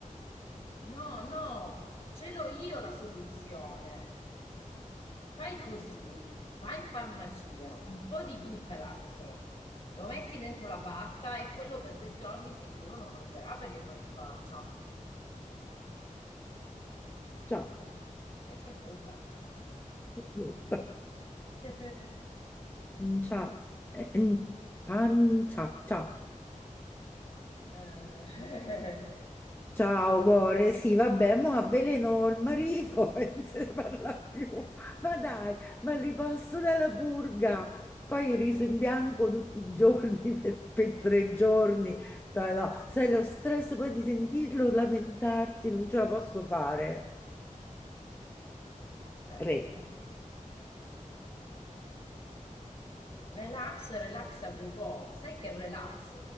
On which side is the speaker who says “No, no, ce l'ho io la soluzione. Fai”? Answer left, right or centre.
Left